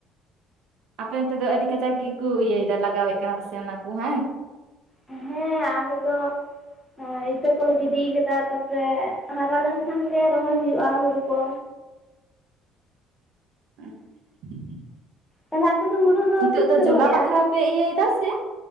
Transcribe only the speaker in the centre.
ᱦᱮᱸ ᱟᱞᱮ ᱫᱚ ᱤᱛᱟᱹ ᱠᱚᱞᱮ ᱜᱤᱰᱤ ᱠᱟᱫᱟ ᱛᱟᱯᱚᱨᱮ ᱦᱟᱨᱟ ᱞᱮᱱ ᱠᱷᱟᱱ ᱜᱮ ᱨᱚᱦᱚᱭ ᱦᱩᱭᱩᱜᱼᱟ ᱦᱩᱲᱩ ᱠᱚ
ᱛᱟᱦᱞᱮ ᱟᱯᱮ ᱫᱚ ᱦᱩᱲᱩ ᱫᱚ
ᱛᱤᱥ ᱯᱮ ᱨᱚᱦᱚᱭᱟ